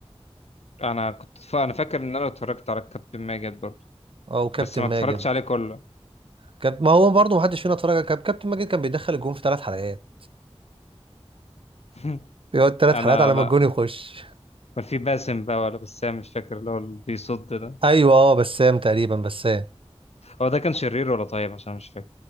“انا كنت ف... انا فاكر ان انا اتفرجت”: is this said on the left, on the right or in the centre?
Left